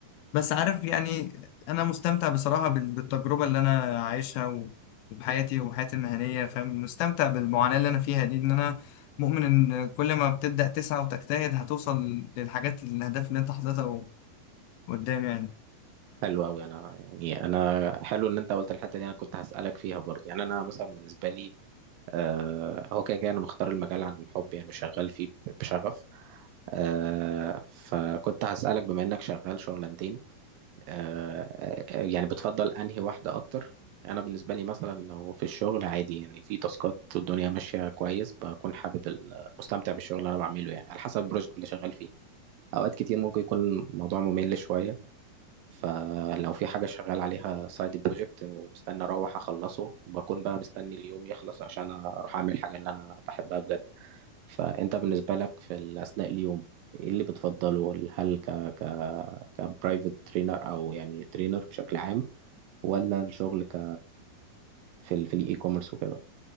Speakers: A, on the left; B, on the right.
A: بس عارف يعني أنا مستمتع بصراحة بال- بالتجربة اللي أنا عايشها و- وبحياتي وحياتي المهنية فاهم مستمتع بالمعاناة اللي أنا فيها دي إن أنا مؤمن إن كل ما بتبدأ تسعى وتجتهد هتوصل للحاجات الأهداف اللي أنت حاططها قدام يعني
B: حلو أوي أنا يعني أنا حلو إن أنت قلت الحتة دي أنا كنت هسألك فيها برضه يعني أنا مثلا بالنسبة لي آه، هو كده كده انا مختار المجال عن حب يعني وشغال فيه ب- بشغف آه، فكنت هسألك بما انك شغال شغلانتين آه، آه، يعني بتفضل انهي واحدة اكتر انا بالنسبة لي مثلا لو في الشغل عادي يعني في تاسكات والدنيا ماشية كويس بكون حابب ال- مستمتع بالشغل اللي انا بعمله يعني على حسب البروجكت اللي شغال فيه اوقات كتير ممكن يكون الموضوع ممل شوية فلو في حاجة شغال عليها سايد بروجكت ومستني أروح أخلصه بكون بقى مستني اليوم يخلص عشان أروح أعمل الحاجة اللي أنا بحبها بجد فأنت بالنسبة لك في ال- أثناء اليوم إيه اللي بتفضله هل ك ك كبرايفت ترينر أو يعني ترينر بشكل عام ولا الشغل ك في ال في الإي كوميرس وكده